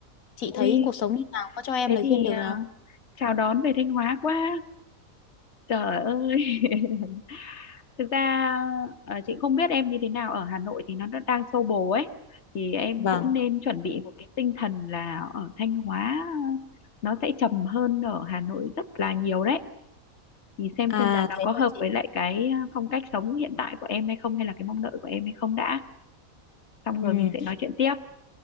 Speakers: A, on the left (about 70°); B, on the left (about 55°).
A: chị
B: ui
A: thấy cuộc sống như nào, có cho em
B: thế
A: lời
B: thì
A: khuyên được
B: à,
A: nào?
B: chào đón về Thanh Hóa quá trời ơi <laughs> thực ra à, chị không biết em như thế nào ở Hà Nội thì nó đã đang xô bồ ấy thì em
A: Vâng.
B: cũng nên chuẩn bị một cái tinh thần là ở Thanh Hóa nó sẽ trầm hơn ở Hà Nội rất là nhiều đấy thì xem
A: À
B: xem là nó
A: thế
B: có hợp
A: là chị.
B: với lại cái à, phong cách sống hiện tại của em hay không hay là cái mong đợi của em hay không đã xong rồi
A: Ừ.
B: mình sẽ nói chuyện tiếp